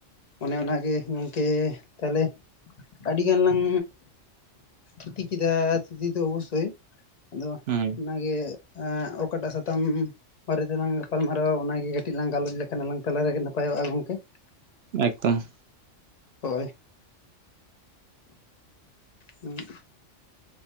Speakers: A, on the left; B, on the right.
A: ᱚᱱᱮ ᱚᱱᱟ ᱜᱮ ᱜᱚᱢᱠᱮ ᱛᱟᱦᱚᱞᱮ ᱟᱹᱰᱤ ᱜᱟᱱ ᱞᱟᱝ ᱛᱷᱩᱛᱤ ᱠᱮᱫᱟ ᱛᱷᱩᱛᱤ ᱫᱚ ᱚᱵᱚᱥᱥᱳᱭ ᱾ ᱟᱫᱚ
B: ᱦᱩᱸ
A: ᱚᱱᱟᱜᱮ ᱚᱠᱟᱴᱟᱜ ᱥᱟᱛᱟᱢ ᱵᱟᱨᱮ ᱛᱮᱞᱟᱝ ᱜᱟᱯᱟᱞᱢᱟᱨᱟᱣᱟ ᱚᱱᱟᱜᱮ ᱠᱟᱹᱴᱤᱡ ᱞᱟᱝ ᱜᱟᱞᱚᱪ ᱞᱮᱠᱷᱟᱱ ᱟᱞᱟᱝ ᱛᱟᱞᱟ ᱨᱮᱜᱮ ᱱᱟᱯᱟᱭᱚᱜᱼᱟ ᱜᱚᱝᱠᱮ ᱾
B: ᱮᱠᱫᱚᱢ ᱾
A: ᱦᱳᱭ ᱾ ᱦᱩᱸ <unintelligible>